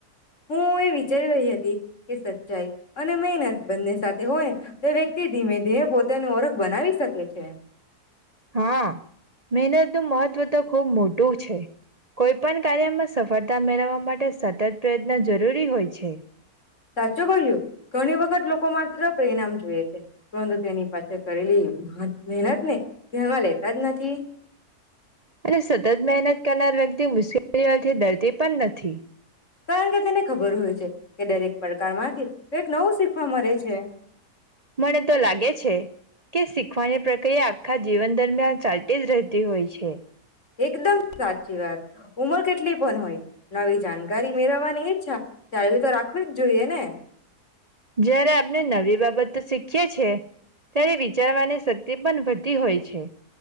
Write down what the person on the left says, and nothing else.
હું એ વિચારી રહી હતી કે સચ્ચાઈ અને મહેનત બંને સાથે હોય તો વ્યક્તિ ધીમે ધીમે પોતાની ઓળખ બનાવી શકે છે.
સાચો કહ્યું. ઘણી વખત લોકો માત્ર પરિણામ જોયે છે પરંતુ તેની પાછળ કરેલી મહેનત ને નજરમાં લેતા જ નથી.
કારણ કે તેને ખબર હોય છે કે દરેક પડકાર માંથી કંઈક નવું શીખવા મરે છે.
એકદમ સાચી વાત. ઉમર કેટલી પણ હોય નવી જાણકારી મેળવવાની ઈચ્છા ચાલું તો રાખવી જ જોઈએ ને.